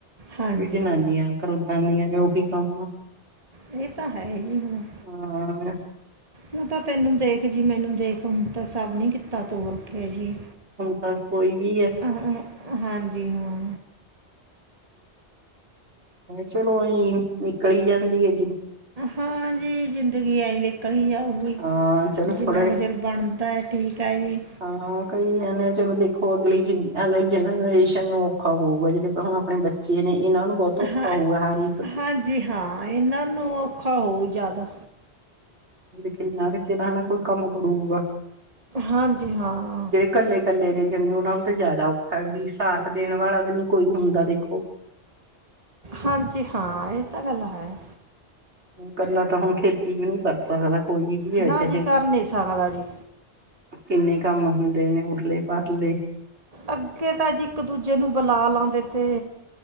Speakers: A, on the right; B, on the right.
A: ਹਾਂਜੀ
B: ਵੀ ਜਨਾਨੀਆਂ ਕਰਦਾਨੀਆਂ ਨੇ ਓਹੀ ਕੰਮ
A: ਏ ਤਾ ਹੈ ਜੀ ਹੁਣੇ
B: ਹਾਂ
A: ਹੂਨ ਤਾਂ ਤੈਨੂੰ ਦੇਖ ਜੀ, ਮੈਨੂੰ ਦੇਖ, ਹੂਨ ਤਾਂ ਸਬ ਨੇ ਕੀਤਾ ਤੋ ਰੱਖੇਆ ਜੀ।
B: ਤਾ ਕੋਈ ਵੀ ਐ
A: ਹਾਂ ਹਾਂਜੀ, ਹਾਂ।
B: ਚਲੋ ਐ ਨਿਕਲੀ ਜਾਂਦੀ ਏ
A: ਹਾਂ ਜੀ ਜ਼ਿੰਦਗੀ ਐਈ ਨਿਕਲੀ ਜਾਊਗੀ।
B: ਹਾਂ ਚਲੋ
A: ਜਿੰਨਾ
B: ਥੋੜੇ
A: ਕ ਚਿਰ ਬਣਦੈ, ਠੀਕ ਹੈ ਜੀ।
B: ਹਾਂ ਕਈ ਜਾਨੇ ਆ ਚਲੋ ਦੇਖੋ ਅਗਲੀ ਜ, ਅਗਲੀ ਜਨਰੇਸ਼ਨ ਨੂੰ ਔਖਾ ਹੋਊਗਾ ਜੇੜੇ ਹੁਣ ਆਪਣੇ ਬੱਚੇ ਨੇ, ਇਨਾਂ ਨੂੰ ਬੋਤ ਔਖਾ
A: ਹਾਂ
B: ਹੋਊਗਾ, ਹਾਰੀ
A: ਹਾਂਜੀ ਹਾਂ ਏਨਾਂ ਨੂੰ ਔਖਾ ਹੋਊ ਜਾਦਾ।
B: ਕਿਨਾੱ ਕ ਚਿਰਾਂ, ਕੋਈ ਕੰਮ ਕਰੂਗਾ।
A: ਹਾਂਜੀ, ਹਾਂਹਾ
B: ਕੱਲੇ, ਕੱਲੇ ਨੇ ਜਿਵੇਂ ਓਨਾਂ ਨੂੰ ਤੇ ਜਾਦਾ ਔਖਾ ਐ, ਵੀ ਸਾਥ ਦੇਣ ਵਾਲਾ ਵੀ ਨੀ ਕੋਈ ਹੁੰ ਹੂਦਾ ਦੇਖੋ
A: ਹਾਂਜੀ, ਹਾਂ ਏ ਤਾਂ ਗਾਲ ਹੈ।
B: ਕੱਲਾ ਤਾਂ ਹੁਨ ਖੇਤੀ ਵੀ ਨੀ ਕਾਰ ਸਕਦਾ, ਕੋਈ ਵੀ ਹੈ
A: ਨਾ
B: ਚਾਹੇ
A: ਜੀ ਕਰ ਨਹੀਂ ਸਕਦਾ ਜੀ
B: ਕਿੰਨੇ ਕੰਮ ਹੁੰਦੇ ਨੇ, ਉਰਲੇ ਪਰਲੇ।
A: ਅੱਗੇ ਤਾਂ ਜੀ ਇਕ ਦੂਜੇ ਨੂੰ ਬੁਲਾ ਲਾਂਦੇ ਤੇ